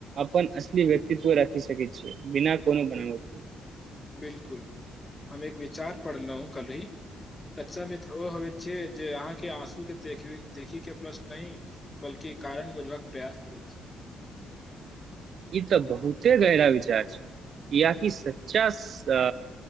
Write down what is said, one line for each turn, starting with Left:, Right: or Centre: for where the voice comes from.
Right: अपन असली व्यक्तित्व राखि सकैत छियै बिना कोनो बनाओल <inaudible>
Left: बिलकुल हम एक विचार पढ़लहु हँ कलही सच्चा मित्र ओ हो छियै जे अहाँके आँसू के देख देखी के प्रश्न नहि बल्कि कि कारण बुझबाक प्रयास करैत छै
Right: <inaudible> ई तऽ बहुते गहिरा बिचार छै कियाकि सच्चा अ